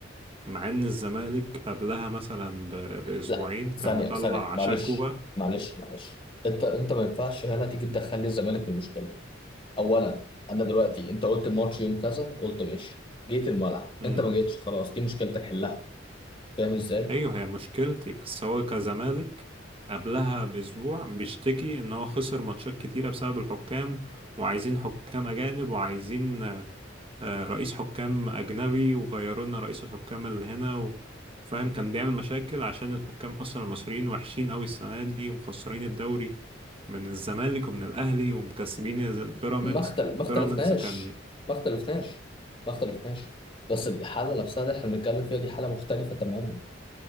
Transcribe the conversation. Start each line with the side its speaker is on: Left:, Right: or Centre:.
Right: مع إن الزمالك قبلها مثلا ب- بأسبوعين
Left: لا
Right: كان
Left: ثانية
Right: مطلع
Left: ثانية معلش
Right: شكوى
Left: معلش معلش انت انت ما ينفعش هنا تيجي تدخل لي الزمالك في المشكلة اولا انا دلوقتي انت قلت الماتش يوم كذا قلت ماشي جيت الملعب
Right: مم.
Left: انت ما جيتش خلاص دي مشكلتك حلها فاهم ازاي
Right: ايوه هي مشكلتي بس هو كزمالك قبلها باسبوع بيشتكي ان هو خسر ماتشات كتيره بسبب الحكام وعايزين حكام اجانب وعايزين آه، آه، رئيس حكام اجنبي وغيروا لنا رئيس الحكام اللي هنا و- فاهم كان بيعمل مشاكل عشان الحكام اصلا المصريين وحشين قوي السنه دي ومخسرين الدوري من الزمالك ومن الاهلي ومكسبين البيراميدز
Left: ما اختل... ما اختلفناش
Right: بيراميدز كان
Left: ما اختلفناش ما اختلفناش بس الحالة نفسها اللي احنا بنتكلم فيها دي حالة مختلفة تماما